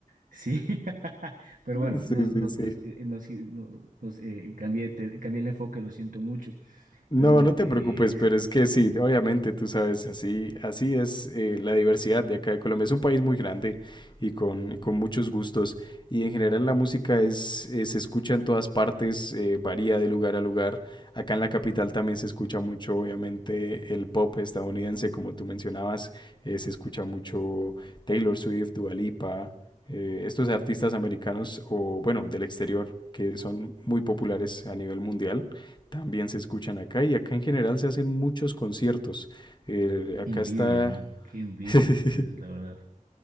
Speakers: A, on the right; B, on the left.
A: Sí, <laughs> pero
B: <laughs>
A: bueno,
B: Sí,
A: nos, nos,
B: sí, sí.
A: nos, eh, nos- eh, no- nos, eh, cambié, te- cambié el enfoque, lo siento mucho.
B: No,
A: Pero bueno,
B: no te
A: eh,
B: preocupes, pero es que sí, obviamente tú sabes, así, así es eh, la diversidad de acá de Colombia. Es un país muy grande y con, y con muchos gustos. Y en general la música es, eh, se escucha en todas partes, eh, varía de lugar a lugar. Acá en la capital también se escucha mucho, obviamente, el pop estadounidense, como tú mencionabas. eh, se escucha mucho Taylor Swift, Dua Lipa, eh, estos artistas americanos o, bueno, del exterior, que son muy populares a nivel mundial. También se escuchan acá y acá en general se hacen muchos conciertos. Eh, acá
A: qué envidia,
B: está...
A: ¿no? Qué envidia
B: <laughs>
A: de ustedes, la verdad.